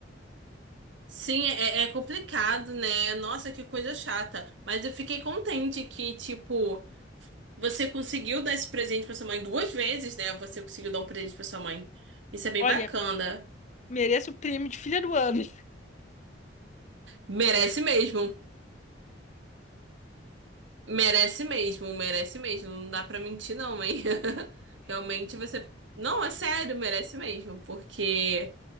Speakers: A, on the right; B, on the left.
A: Sim, é, é complicado, né? Nossa, que coisa chata. Mas eu fiquei contente que, tipo, você conseguiu dar esse presente pra sua mãe duas vezes, né? Você conseguiu dar um presente pra sua mãe. Isso é bem
B: Olha,
A: bacana.
B: mereço o prêmio de filha do ano.
A: Merece mesmo. Merece mesmo, merece mesmo. Não dá pra mentir, não, hein? <laughs> Realmente você. Não, é sério, merece mesmo. Porque.